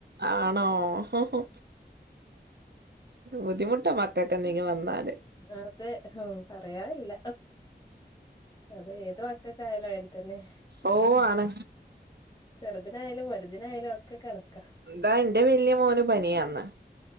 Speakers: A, on the right; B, on the left.
A: ആണോ ഹോ ഹോ ബുദ്ധിമുട്ടാ മക്കൊക്കെ എന്തേലും വന്നൽ
B: വെറുതെ ഹ പറയനില്ല അതെ ഏത് മക്കൊക്ക ആായാലോ അങ്ങന തന്നെ
A: ഓ ആണ്
B: ചെറുതിനായാലും വലുതിനായാലും ഒക്കെ കണക്കാ
A: എന്താ എന്റെ വലിയ മോന് പനിയാന്ന്